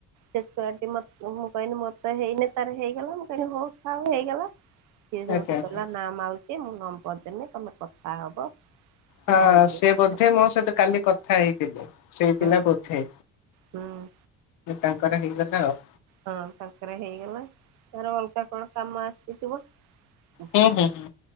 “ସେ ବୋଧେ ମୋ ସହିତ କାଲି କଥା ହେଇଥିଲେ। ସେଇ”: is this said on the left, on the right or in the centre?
Left